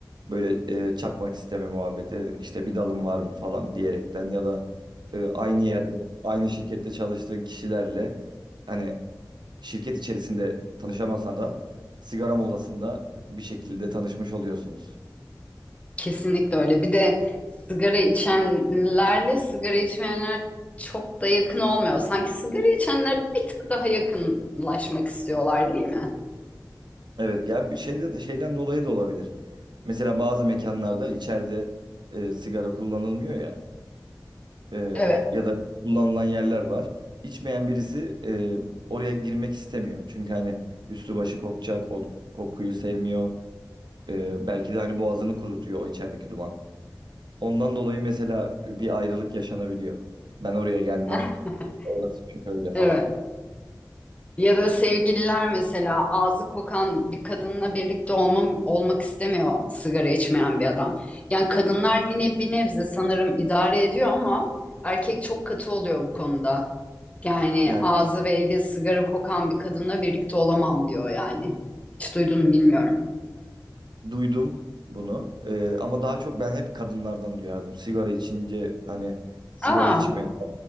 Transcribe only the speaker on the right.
Böyle e, çakmak isteme muhabbeti işte bir dalın var mı falan diyerekten ya da e, aynı yerde aynı şirkette çalıştığın kişilerle hani şirket içerisinde tanışamasan da sigara molasında bir şekilde tanışmış oluyorsunuz.
Evet ya bir şeyde de şeyden dolayı da olabilir. Mesela bazı mekanlarda içeride e, sigara kullanılmıyor ya e,
ya da kullanılan yerler var. İçmeyen birisi e, oraya girmek istemiyor. Çünkü hani üstü başı kokacak, o kokuyu sevmiyor. E, belki de hani boğazını kurutuyor o içerideki duman. Ondan dolayı mesela bir ayrılık yaşanabiliyor. Ben oraya gelmem.
İşte Orası şöyle falan.
Yani
Duydum bunu. Ee, ama daha çok ben hep kadınlardan duyardım. Sigara içince hani sigara
içmek